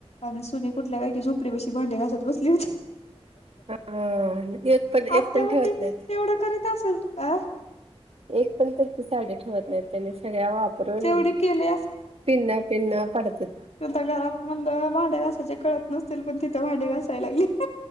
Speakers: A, on the left; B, on the right.
A: आणि सुनी कुठल्या, काय की झोपडी पशी भांडे घासत बसली होती.
B: हा एक पण एक
A: आत्ता
B: पण
A: व
B: ठेवत
A: ते
B: नाही
A: तेवढं करीत असेल अ
B: एक पण त्यांची साडी ठेवत नाही त्यानी सगळ्या वाप <unintelligible>
A: तेवढी केली
B: काढत्यात.
A: तिथं घरात म्हणलं भांडे घासायचे कळत नसतील, पण तिथे भांडे घासाय लागली.